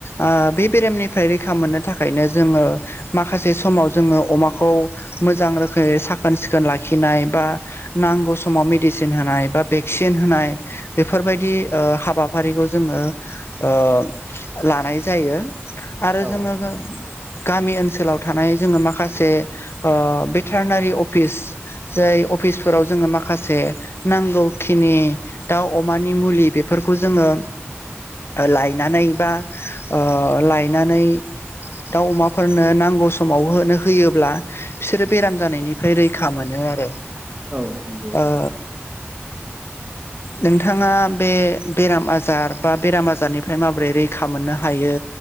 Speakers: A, on the left; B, on the right.
A: ओ बे बेरामनिफ्राय रैखा मोननो थाखायनो जोङो। माखासे समाव जोङो अमाखौ मोजां रोखोमै साखोन सिखोन लाखिनाय एबा। नांग सम समाव मेडिसिन होनाय बा भेक्सिन होनाय बेफोरबायदि ओ हाबाफारिखौ जोङो ओ लानाय जायो आरो
B: औ
A: जोङो गामि ओनसोलाव थानाय जोङो माखासे ओ भेटारनारि अफिस। जाय अफिसफोराव जोङो माखासे माखासे नांगौखिनि दाउ अमानि मुलि बेफोरखौ जोङो लायनानै बा ओ लायनानै। दाउ अमाफोरनो नांगौ समाव होनो होयोब्ला बिसोरो बेराम जानायनिफ्राय रैखा मोनो आरो।
B: औ नंगौ।
A: ओ नोंथाङा बे बेराम आजार बा बेराम आजारनिफ्राय माबोरै रैखा मोननो हायो